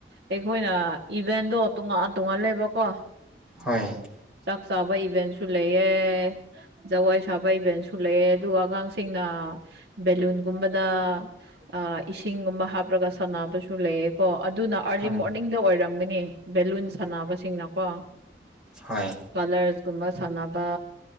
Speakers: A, on the right; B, in the centre.
A: ꯑꯩꯈꯣꯏꯅ ꯏꯚꯦꯟꯗꯣ ꯇꯣꯉꯥꯟ ꯇꯣꯉꯥꯟꯂꯦꯕꯀꯣ
B: ꯍꯣꯏ
A: ꯆꯥꯛ ꯆꯥꯕ ꯏꯚꯦꯟꯁꯨ ꯂꯩꯑꯦ ꯖꯋꯥꯣꯏ ꯁꯥꯕ ꯏꯚꯦꯟꯁꯨ ꯂꯩꯑꯦ ꯑꯗꯨꯒ ꯑꯉꯥꯡꯁꯤꯡꯅ ꯕꯦꯂꯨꯟꯒꯨꯝꯕꯗ ꯑ ꯏꯁꯤꯡꯒꯨꯝꯕ ꯍꯥꯞꯂꯒ ꯁꯥꯟꯅꯕꯁꯨ ꯂꯩꯌꯦꯀꯣ ꯑꯗꯨꯅ ꯑꯥꯔꯂꯤ
B: ꯍꯣꯏ
A: ꯃꯣꯔꯅꯤꯡꯗ ꯑꯣꯏꯔꯝꯒꯅꯤ ꯕꯦꯂꯨꯟ ꯁꯥꯟꯅꯕꯁꯤꯡꯅꯀꯣ
B: ꯍꯣꯏ
A: ꯀꯂꯔꯁꯀꯨꯝꯕ ꯁꯥꯟꯅꯕ